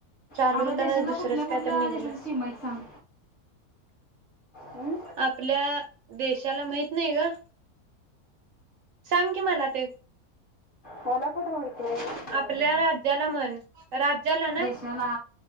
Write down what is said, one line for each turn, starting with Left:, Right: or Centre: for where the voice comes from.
Right: चालूताना
Left: आपल्या देशाला
Right: दुसरंच
Left: कुठल्या कुठल्या
Right: काय तर निघलं.
Left: देशाची सीमा आहेत सांग हं?
Right: आपल्या देशाला माहित नाही ग सांग की मला ते
Left: मला कुठे माहितीये
Right: आपल्या राज्याला म्हण राज्याला ना
Left: देशाला